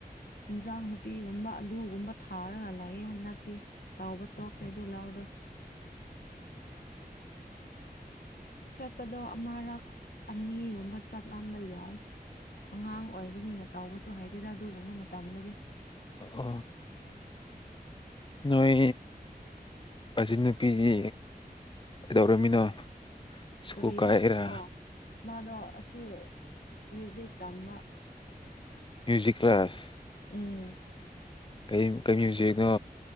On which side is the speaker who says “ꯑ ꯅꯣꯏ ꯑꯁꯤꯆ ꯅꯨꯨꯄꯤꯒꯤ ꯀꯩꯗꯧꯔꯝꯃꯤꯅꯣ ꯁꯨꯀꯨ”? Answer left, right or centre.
Left